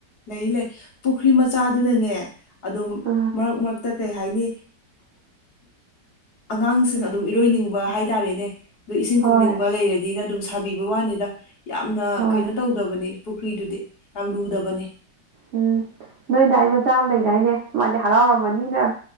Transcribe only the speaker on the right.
ꯑ
ꯍꯣꯏ
ꯍꯣꯏ
ꯎꯝ ꯅꯣꯏꯗꯗꯥꯏ ꯃꯆꯥ ꯑꯃ ꯂꯩꯗꯥꯏꯅꯦ ꯃꯥꯗꯤ ꯍꯔꯥꯎꯔꯝꯃꯅꯤꯅ